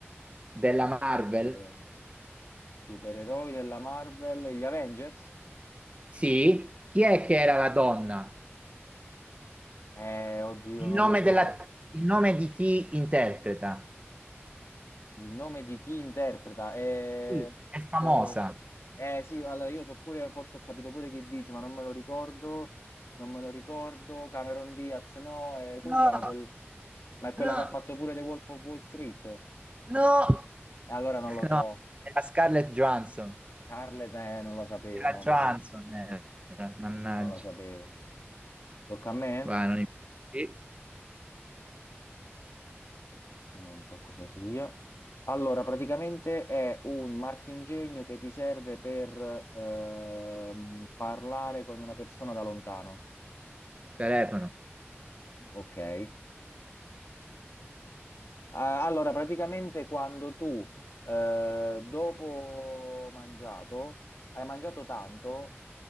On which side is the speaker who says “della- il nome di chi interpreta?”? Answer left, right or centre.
Right